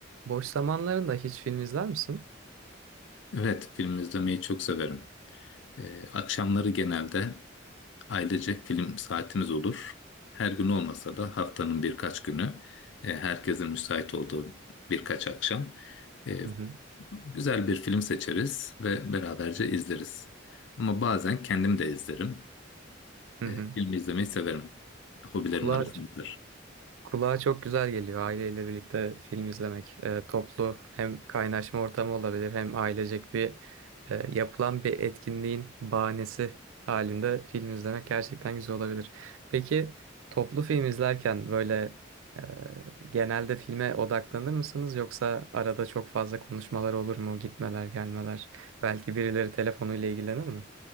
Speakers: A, on the right; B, on the left.
A: Boş zamanlarında hiç film izler misin?
B: Evet, film izlemeyi çok severim. Ee, akşamları genelde ailecek film saatimiz olur. Her gün olmasa da haftanın birkaç günü, e, herkesin müsait olduğu birkaç akşam e,
A: Hı hı.
B: güzel bir film seçeriz ve beraberce izleriz. Ama bazen kendim de izlerim.
A: Hı
B: E,
A: hı.
B: film izlemeyi severim. Hobilerim
A: Kulağa,
B: arasındadır.
A: kulağa çok güzel geliyor aileyle birlikte film izlemek. Ee, toplu hem kaynaşma ortamı olabilir hem ailecek bir e, yapılan bir etkinliğin bahanesi halinde film izlemek gerçekten güzel olabilir. Peki toplu film izlerken böyle e, genelde filme odaklanır mısınız yoksa arada çok fazla konuşmalar olur mu? Gitmeler, gelmeler. Belki birileri telefonuyla ilgilenir mi?